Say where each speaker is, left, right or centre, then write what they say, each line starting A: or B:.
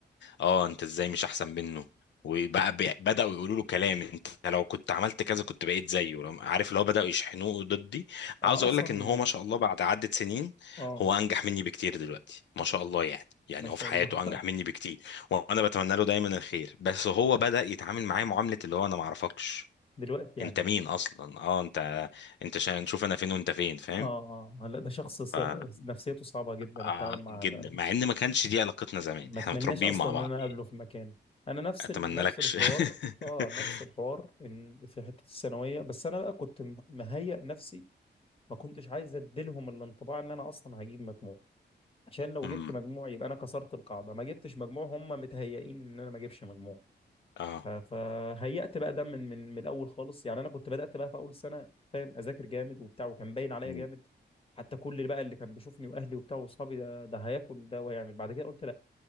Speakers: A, on the left; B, on the left.
A: اه انت ازاي مش احسن منه وبقى بي- بداوا يقولوا له كلام انت لو كنت عملت كذا كنت بقيت زيه لو- عارف اللي هو بداوا يشحنوه ضدي
B: انا
A: عاوز اقول
B: اصلا
A: لك ان هو ما شاء الله بعد عدة سنين
B: اه آه،
A: هو انجح مني بكتير دلوقتي ما شاء الله يعني يعني
B: ما شاء
A: هو في حياته
B: الله
A: انجح مني
B: <laughs>
A: بكتير وانا بتمنى له دايما الخير بس هو بدأ يتعامل معايا معاملة اللي هو انا ما اعرفكش
B: دلوقتي يعني
A: انت مين اصلا اه انت انت عشان نشوف انا فين وانت فين فاهم
B: اه اه لا ده شخص س-
A: ف
B: نفسيته صعبة جدا التعامل
A: آه،
B: معها
A: جدا
B: ده
A: مع ان ما كانش دي علاقتنا زمان
B: ما
A: احنا
B: اتمناش
A: متربيين
B: اصلا
A: مع
B: ان
A: بعض
B: انا اقابله
A: يعني
B: في مكان انا نفس
A: اتمنى
B: ال... نفس
A: لكش
B: الحوار
A: <laughs>
B: اه نفس الحوار ان في حته الثانويه بس انا بقى كنت م- مهيئ نفسي ما كنتش عايز اديلهم الانطباع ان انا اصلا هجيب مجموع عشان لو
A: امم
B: جبت مجموع يبقى انا كسرت القاعده ما جبتش مجموع هم متهيئين ان انا ما اجيبش مجموع
A: اه
B: ف... فهيأت بقى ده من من من الاول خالص يعني انا كنت بدأت بقى في اول سنه فاهم اذاكر جامد وبتاع وكان باين عليا
A: مم.
B: جامد حتى كل اللي بقى اللي كان بيشوفني واهلي وبتاع واصحابي ده ده هياكل ده وهيعمل بعد كده قلت